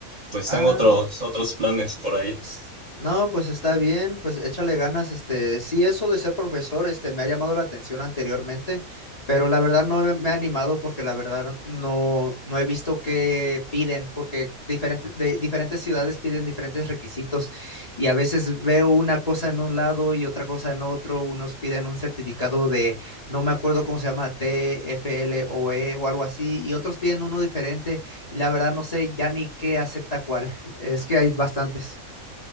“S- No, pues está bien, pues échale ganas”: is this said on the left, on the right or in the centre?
Left